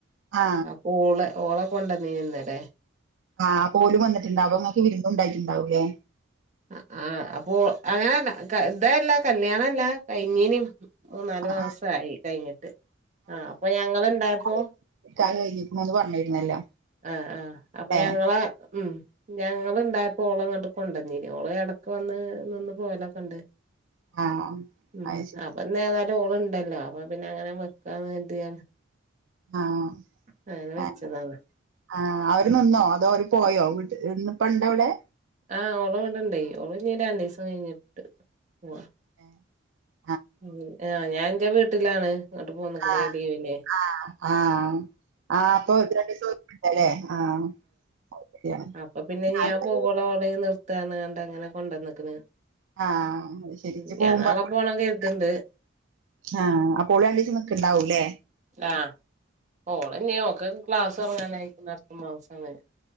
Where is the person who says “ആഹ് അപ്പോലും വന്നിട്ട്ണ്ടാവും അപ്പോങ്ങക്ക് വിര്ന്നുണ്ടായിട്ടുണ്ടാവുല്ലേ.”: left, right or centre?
Right